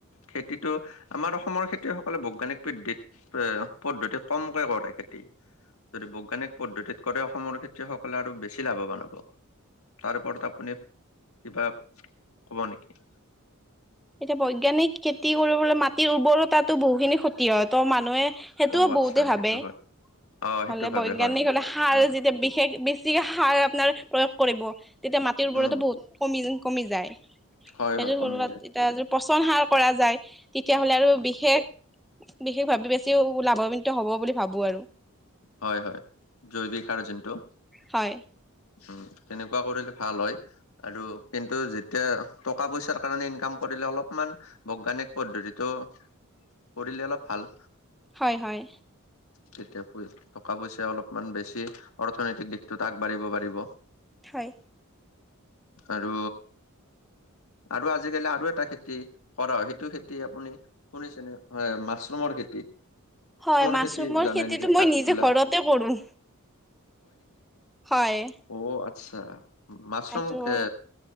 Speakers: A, on the left; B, in the centre.
A: খেতিটো আমাৰ অসমৰ খেতিয়কসকলে বৈজ্ঞানিক পদ্ধিত। এ পদ্ধতি কমকে কৰে খেতি যদি বৈজ্ঞানিক পদ্ধতিত কৰে অসমৰ খেতি। কলাটো বেছি লাভৱান হ'ব। তাৰ ওপৰত আপুনি কিবা কব নেকি।
B: এতিয়া বৈজ্ঞানিক খেতি কৰিবলৈ মাটিৰ উৰ্বৰতা বহুখিনি ক্ষ ক্ষতি হয় তো মানুহে সেইটোও
A: অ আচ্ছা
B: বহুতে ভাৱে।
A: সেইটো হয়। অ সেইটো
B: হলে
A: ভাবে
B: বৈজ্ঞানিক
A: হয়
B: হলে সাৰ
A: উম।
B: যেতিয়া বিশেষ বেছিকে সাৰ আপোনাৰ প্ৰয়োগ কৰিব। তেতিয়া মাটিৰ ওপৰতো
A: উম,
B: বহুত। কমি কমি যায় সেইযোৰত
A: হয় হয় কমি যায়
B: এতিয়াৰ পচন সাৰ কৰা যায়। তেতিয়া হ'লে আৰু
A: পচন
B: বিশেষ বিশেষভাৱে বেছিওলাব আমিতো হ'ব বুলি ভাবোঁ আৰু।
A: হয় হয় জৈৱিক সাৰ যোনটো।
B: হয়।
A: উম তেনেকুৱা কৰিলে ভাল হয়। আৰু কিন্তু যেতিয়া টকা পইচাৰ কাৰণে ইনকাম কৰিলে অলপমান। বৈজ্ঞানিক পদ্ধতিটো কৰিলে অলপ ভাল।
B: হয় হয়।
A: তেতিয়া। হয় টকা পইচা অলপমান বেছি অৰ্থনৈতিক দিশটোত আগবাঢ়িব পাৰিব।
B: হয়।
A: আৰু। আৰু আজিকালি আৰু এটা খেতি কৰা হয় সেইটো খেতি আপুনি। শুনিছে নে হয় মাছৰুমৰ খেতি।
B: হয় মাছৰুমৰ
A: খেতি জানে
B: খেতিতো।
A: নেকি
B: মই
A: কাঠফুলা
B: নিজে ঘৰতে কৰোঁ হয়।
A: অও আচ্ছা মাছৰুম
B: এইটো
A: খে